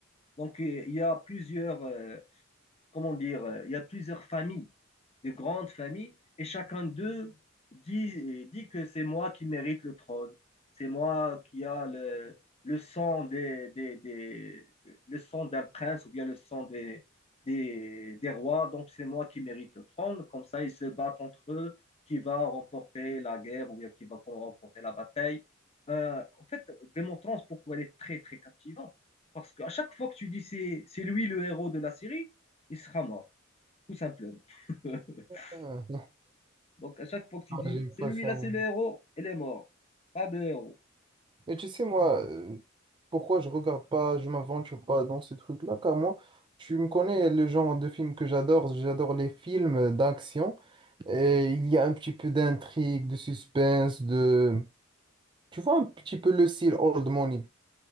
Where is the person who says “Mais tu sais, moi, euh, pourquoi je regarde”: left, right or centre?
Right